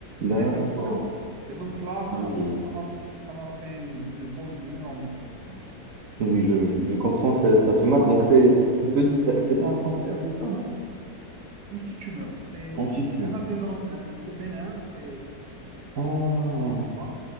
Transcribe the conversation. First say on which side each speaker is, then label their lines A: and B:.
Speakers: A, on the right (about 55°); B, on the right (about 75°).
A: D'accord.
B: C'est elles qui gèrent tout. Et donc là, ça
A: Ah
B: m'a,
A: oui.
B: ça m'a, ça m'a fait une, une pause, une énorme pause, on va dire.
A: Oui, je, je, je comprends, ça, ça fait mal. Donc c'est. On peut dire. ça- C'était un cancer, c'est ça, non?
B: Une petite tumeur. C'est,
A: Ensuite,
B: c'est
A: tu
B: un
A: meurs.
B: adénome, un- c'est bénin, c'est, c'est- c'est- ça
A: Ah.
B: se multiplie pas.